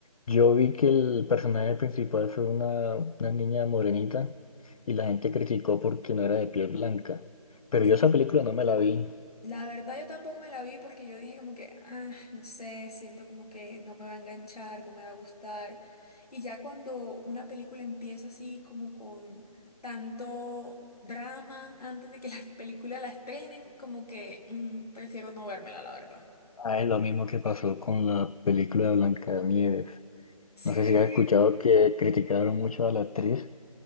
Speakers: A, on the left (about 70°); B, on the left (about 85°).
A: yo vi que el personaje principal fue una, una niña morenita y la gente criticó porque no era de piel blanca.
B: porque
A: Pero yo esa película no me la vi.
B: La verdad yo tampoco me la vi porque yo dije como que, ah, no sé, siento como que no me va a enganchar, no me va a gustar. Y ya cuando una película empieza así como con tanto drama antes de que la película <laughs> la estrenen, como que mm, prefiero no vérmela, la verdad.
A: Ah, es lo mismo que pasó con la película de Blancanieves.
B: Sí,
A: No sé si has escuchado que criticaron mucho a la actriz